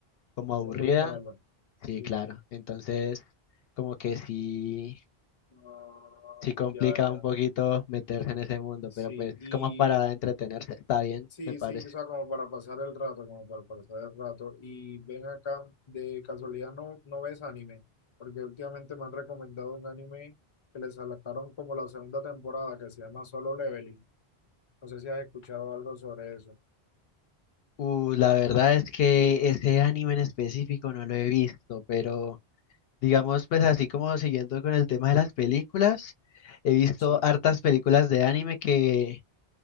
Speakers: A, on the left; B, on the left.
A: como aburrida.
B: no muy malo.
A: Sí,
B: Sí.
A: claro, entonces como que sí,
B: Ah,
A: sí complica
B: ya, ya.
A: un poquito meterse en ese mundo,
B: Sí,
A: pero pues
B: y
A: como para entretenerse está bien,
B: sí,
A: me parece.
B: sí, o sea, como para pasar el rato, como para pasar el rato. Y ven acá, de casualidad no, no ves anime, porque últimamente me han recomendado un anime que les sacaron como la segunda temporada que se llama Solo Leveling. No sé si has escuchado algo sobre eso.
A: Uh, la verdad es que ese anime en específico no lo he visto, pero digamos, pues así como siguiendo con el tema de las películas, he visto
B: Sí.
A: hartas películas de anime que,